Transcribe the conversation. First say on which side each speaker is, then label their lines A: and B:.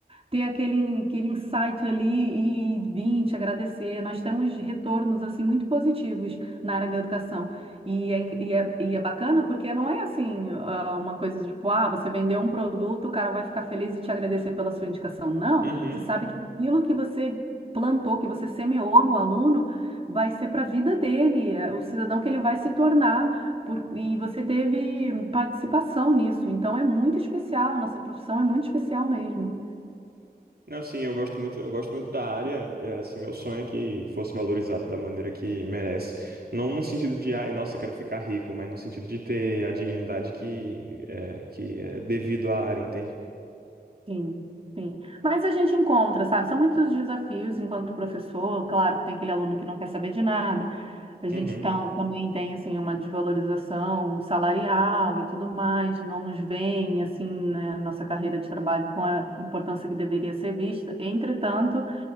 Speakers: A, on the right (about 35°); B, on the right (about 65°).
A: ter aquele, aquele insight ali e vir te agradecer. Nós temos retornos assim muito positivos na área da educação. E é, e é, e é bacana porque não é assim ah, uma coisa de tipo, ah, você vendeu um produto, o cara vai ficar feliz e te agradecer pela sua indicação. Não,
B: Uhum,
A: você sabe que aquilo que você plantou, que você semeou no aluno, vai ser para a vida dele, é o cidadão que ele vai se tornar. por- e você teve participação nisso, então é muito especial, nossa profissão é muito especial mesmo.
B: Não, sim, eu gosto muito, eu gosto muito da área, é, assim, meu sonho é que fosse valorizado da maneira que merece. Não no sentido de, ai, nossa, quero ficar rico, mas no sentido de ter a dignidade que é, que é devido à área, entende?
A: Sim, sim. Mas a gente encontra, sabe? São muitos desafios enquanto professor. Claro que tem aquele aluno que não quer saber de nada. A gente
B: Uhum,
A: tam- também tem, assim, uma desvalorização salarial e tudo mais. Não nos veem, assim, né, nossa carreira de trabalho com a importância que deveria ser vista. Entretanto,